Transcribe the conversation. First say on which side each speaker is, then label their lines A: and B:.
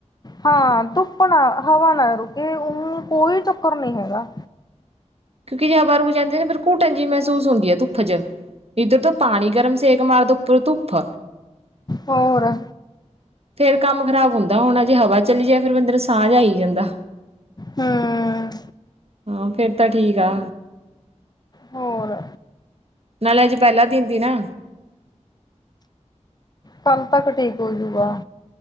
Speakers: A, on the left; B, on the right.
A: ਹਾਂ ਧੁੱਪ ਨਾ ਹਵਾ ਨਾ ਰੁਕੇ ਉਹਨੂੰ ਕੋਈ ਚੱਕਰ ਨਹੀਂ ਹੈਗਾ।
B: ਕਿਉਂਕਿ ਜ ਬਰੂ ਜਾਂਦੇ ਨੇ ਨਾ ਫੇਰ ਘੂਟਣ ਜਿਹੀ ਮਹਿਸੂਸ ਹੁੰਦੀ ਹੈ ਧੁੱਪ ਚ। ਇੱਧਰ ਤੋਂ ਪਾਣੀ ਗਰਮ ਸੇਕ ਮਾਰਦਾ ਉਪਰੋਂ ਧੁੱਪ।
A: ਹੋਰ।
B: ਫੇਰ ਕੰਮ ਖਰਾਬ ਹੁੰਦਾ ਹੋਣਾ ਜੇ ਹਵਾ ਚਲੀ ਜਾਏ ਫੇਿਰ ਅੰਦਰ ਸਾਂਝ ਆਈ ਜਾਂਦਾ।
A: ਹੂੰ
B: ਹਾਂ ਫਿਰ ਤਾਂ ਠੀਕ ਆ।
A: ਹੋਰ।
B: ਨਾਲੇ ਅੱਜ ਪਹਿਲਾਂ ਦਿਨ ਤਿ ਨਾ।
A: ਕੱਲ ਤੱਕ ਠੀਕ ਹੋਜੂਗਾ।